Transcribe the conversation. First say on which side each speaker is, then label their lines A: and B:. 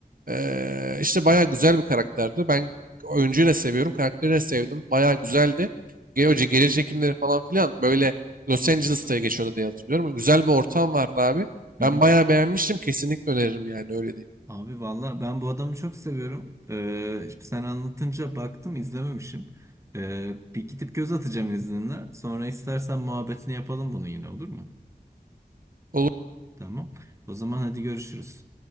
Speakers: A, on the right (about 60°); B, on the right (about 20°).
A: Ee, işte bayağı güzel bir karakterdi. Ben oyuncuyu da seviyorum. Karakteri de sevdim. Bayağı güzeldi. Ge- Önce geri çekimleri falan filan böyle Los Angeles'ta geçiyordu diye hatırlıyorum. Güzel bir ortam vardı abi.
B: hı.
A: Ben
B: hı.
A: bayağı beğenmiştim. Kesinlikle öneririm yani öyle değil.
B: Abi valla ben bu adamı çok seviyorum. Ee, şimdi sen anlatınca baktım izlememişim. Ee, bir gidip göz atacağım izninle. Sonra istersen muhabbetini yapalım bunu yine olur mu?
A: Olur.
B: Tamam. O zaman hadi görüşürüz.